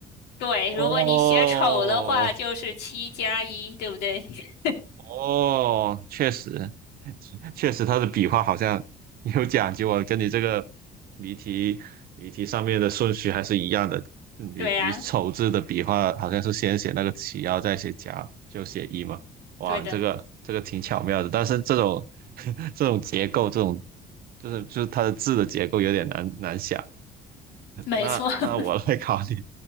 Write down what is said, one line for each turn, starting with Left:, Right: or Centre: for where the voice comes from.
Left: 对，
Right: 哦。
Left: 如果你写丑的话，就是七加一，对不对？<laughs>
Right: 哦，确实，确实，他的笔画好像有讲究啊，跟你这个谜题谜题上面的顺序还是一样的。你你丑字的笔画好像是先写那个起，
Left: 对呀，
Right: 然后再写夹，就写一嘛。哇，
Left: 对的，
Right: 你这个这个挺巧妙的，但是这种 <laughs> 这种结构，这种就是就是它的字的结构有点难难想。
Left: 没错。
Right: 那那我来考你，
Left: <laughs>